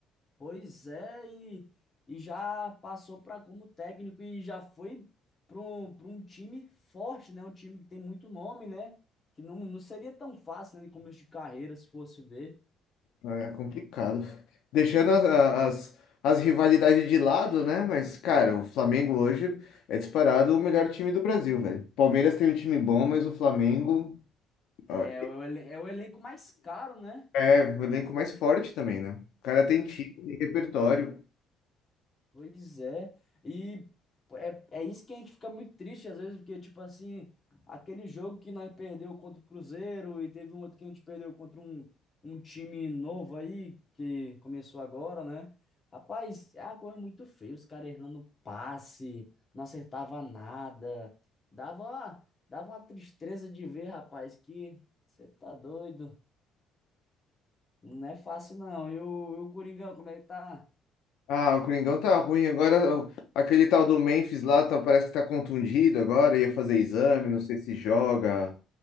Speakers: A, on the left; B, on the left.
A: Pois é, e, e já passou para como técnico e já foi para um, para um time forte, né? Um time que tem muito nome, né? Que não, não seria tão fácil, né, no começo de carreira, se fosse ver.
B: Ah, É complicado. Deixando as, as, as rivalidades de lado, né? Mas, cara, o Flamengo hoje é disparado o melhor time do Brasil, velho. Palmeiras tem um time bom, mas o Flamengo
A: É
B: ó,
A: o, elen- é o elenco mais caro, né?
B: é o elenco mais forte também, né? O cara tem time, tem repertório.
A: Pois é. E pô, é, é isso que a gente fica muito triste às vezes, porque, tipo assim, aquele jogo que nós perdeu contra o Cruzeiro e teve um outro que a gente perdeu contra um, um time novo aí, que começou agora, né? Rapaz, é uma coisa muito feia, os caras errando passe, não acertava nada. Dava, dava uma tristeza de ver, rapaz, que você tá doido. Não é fácil, não. E o, e o Coringão, como é que tá?
B: Ah, o Coringão tá ruim. Agora, o- aquele tal do Memphis lá tá- parece que tá contundido agora, ia fazer exame, não sei se joga.